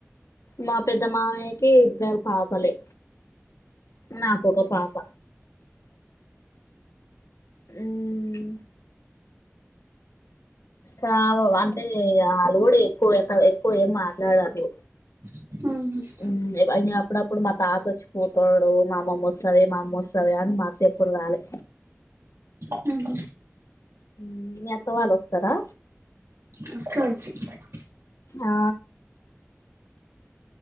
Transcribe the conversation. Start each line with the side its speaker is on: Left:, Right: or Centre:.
Left: మా పెద్ద మామయ్యకి ఇద్దరు పాపలే నాకొక పాప మ్ కావ్ అంటే ఆళ్ళు కూడా ఎక్కువ పెట్ ఎక్కువ ఏం మాట్లాడరు
Right: మ్ హు
Left: మ్ అయినా అప్పుడప్పుడు మా తాత వచ్చిపోతాడు మా అమ్మమ్మ వస్తాది మా అమ్మ వస్తాది గానీ మా ఎప్పుడూ రాలే
Right: అవునా
Left: మ్ మీ అత్త వాళ్ళు వస్తరా
Right: వస్తది
Left: ఆ